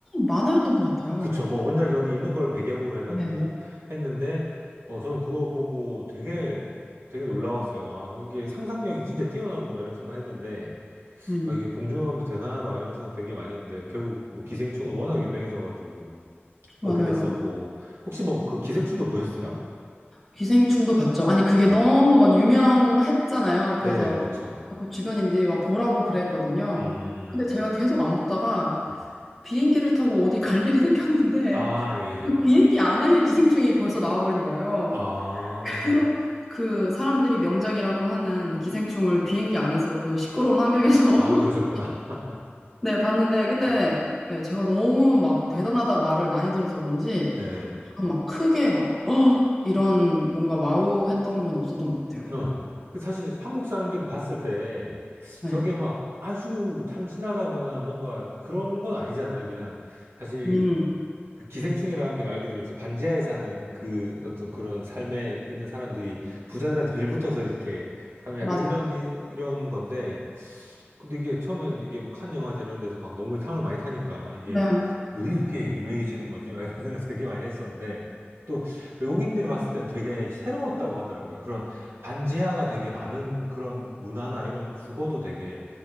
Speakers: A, in the centre; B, on the right.
A: 만화였던 것 같아요.
B: 그쵸. 뭐 원작이 어디 있는 걸 배경으로 해가지고
A: 네.
B: 했는데, 어, 저는 그거 보고 되게, 되게 놀라웠어요. 아, 이게 상상력이 진짜 뛰어나구나 이런 생각했는데,
A: 음,
B: 아, 이게 봉준호 감독 대단하다 이런 생각 되게 많이 했는데, 결국 뭐 기생충은 워낙 유명해져가지고
A: 맞아요.
B: 그렇게 됐었고, 혹시 뭐 그 기생충도 보셨어요?
A: 기생충도 봤죠. 아니, 그게
B: 아,
A: 너무 막 유명했잖아요.
B: 네네,
A: 그래서
B: 그쵸.
A: 그 주변인들이 막 보라고 그랬거든요.
B: 음,
A: 근데 제가 계속 안 보다가
B: 음.
A: 비행기를 타고 어디 갈 일이 생겼는데
B: 아, 예.
A: 그 비행기 안에 기생충이 벌써 나와버린 거예요.
B: 아,
A: 그래서 그 사람들이 명작이라고 하는 기생충을 비행기 안에서 그 시끄러운 환경에서
B: 아, 그러셨구나.
A: <laughs>
B: <laughs>
A: 네, 봤는데, 근데,
B: 음,
A: 네, 제가 너무 막 대단하다 말을 많이 들어서 그런지,
B: 네.
A: 막 크게 막, <gasps> 어! 이런 뭔가 와우 했던 건 없었던 것 같아요.
B: 어. 그 사실 한국 사람들이 봤을 때
A: 네.
B: 저게 막 아주 참신하다거나 뭔가 그런 건 아니잖아요. 그냥 사실
A: 음,
B: 이그 기생충이라는 게 말 그대로 지 반지하에 사는 그 어떤 그런 삶에 있는 사람들이 부자들한테 빌붙어서 이렇게 사는 약간
A: 맞아요.
B: 이런, 이- 이런 건데 근데 이게 처음에는 이게 뭐칸 영화제 이런 데서 막 너무 상을 많이 타니까 이게
A: 네.
B: 왜 이렇게 유명해지는 거지? 막 이런 <laughs> 생각 되게 많이 했었는데 또 외국인들이 봤을 땐 되게 새로웠다고 하더라고요. 그런 반지하가 되게 많은 그런 문화나 이런 주거도 되게